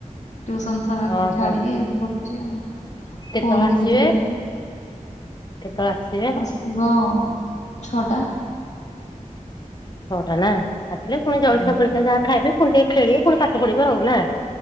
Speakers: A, on the left (about 60°); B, on the left (about 35°).
A: ଟ୍ୟୁସନ ସାର
B: ଓହୋ
A: ଛାଡିକି ଏଠି ବସିଛି ଆଉ।
B: କେତେବେଳେ
A: ଫୋନ
B: ଆସିବେ
A: ଦେଖୁଥିଲି।
B: କେତେବେଳେ ଆସିବେ?
A: ଆସିବ ଛଅଟା।
B: ଛଅଟା ନା ଆସିଲେ ପୁଣି ଜଳଖିଆ
A: ହୁଁ।
B: ଫଳିକା ଯାହା ଖାଇବେ, ପୁଣି ଟିକେ ଖେଳିବେ, ପୁଣି ପାଠ ପଢିବେ ଆଉ ନା।